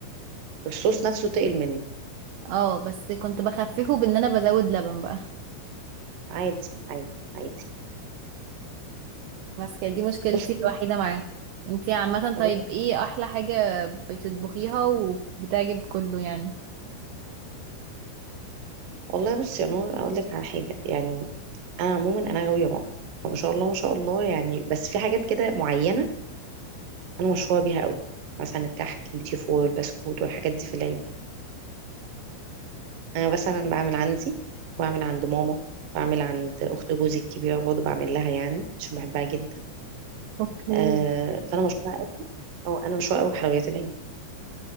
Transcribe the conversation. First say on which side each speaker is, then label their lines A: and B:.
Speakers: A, on the right (about 60°); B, on the right (about 80°).
A: الصوص نفسه تقل منه
B: اه بس كنت بخففه بان انا بزود لبن بقى
A: عادي عادي عادي
B: بس كانت دي مشكلتي
A: بصي
B: الوحيدة معاها انتي عامة
A: بص
B: طيب ايه احلى حاجة بتطبخيها وبتعجب كله يعني
A: والله بصي يا نور اقول لك على حاجة يعني انا عموما انا غاوية ماما فما شاء الله ما شاء الله يعني بس في حاجات كده معينة انا مشهورة بيها قوي مثلا الكحك البيتي فور البسكوت والحاجات دي في العيد انا مثلا بعمل عندي بعمل عند ماما بعمل عند اخت جوزي الكبيره برضه بعمل لها يعني عشان بحبها جدا
B: اوكي
A: آه فانا مشهوره قوي او انا مشهوره قوي بحلويات العيد